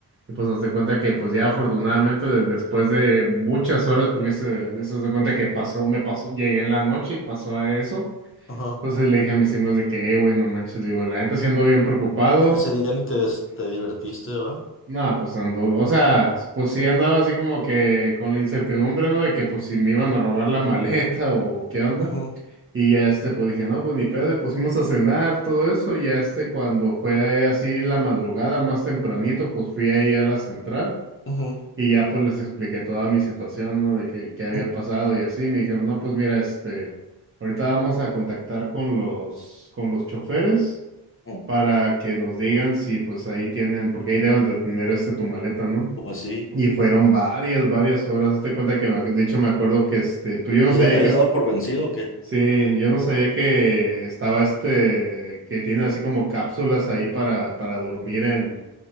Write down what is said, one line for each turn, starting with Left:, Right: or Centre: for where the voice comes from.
Right: Y pues hazte cuenta que pues ya afortunadamente de- después de muchas horas, porque eso, eso haz de cuenta que pasó, me pasó, llegué en la noche y pasó a eso.
Left: Ajá.
Right: Entonces le dije a mis amigos de que, eh, güey, no manches, le digo, la neta siendo bien preocupado,
Left: Ese día ni te, des- te divertiste, ¿va?
Right: no, pues ando, o sea, pues sí andaba así como que con la incertidumbre, ¿no? De que pues si me iban a robar la maleta o qué onda.
Left: Ujú,
Right: Y ya este, pues dije, no, pues ni pedo, y pues fuimos a cenar, todo eso, y ya este, cuando fue así la madrugada, más tempranito, pues fui ahí a la central,
Left: ujú,
Right: y ya pues les expliqué toda mi situación, ¿no? De que, qué había
Left: ujú,
Right: pasado y así, me dijeron, no, pues mira, este, ahorita vamos a contactar con los, con los choferes,
Left: ujú.
Right: para que nos digan si pues ahí tienen, porque ahí deben de tener este tu maleta, ¿no?
Left: Pues sí.
Right: Y fueron varias, varias horas. Hazte cuenta que me ac- de hecho me acuerdo que este, pues yo no
Left: ¿Tú
Right: sabía
Left: ya te
Right: que
Left: habías
Right: es-
Left: dado por vencido o qué?
Right: sí, yo no sabía que estaba este, que tiene así como cápsulas ahí para, para dormir en